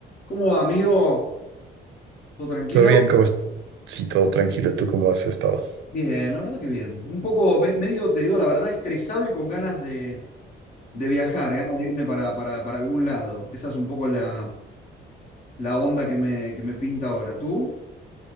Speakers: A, on the left; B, on the right.
A: ¿Cómo va, amigo? ¿Todo tranquilo?
B: ¿Todo bien? ¿Cómo es- Sí, todo tranquilo. ¿Tú cómo has estado?
A: Bien, la verdad que bien. Un poco, me- medio, te digo, la verdad, estresado y con ganas de, de viajar, ganas de irme para, para, para algún lado. Esa es un poco la, la onda que me, que me pinta ahora. ¿Tú?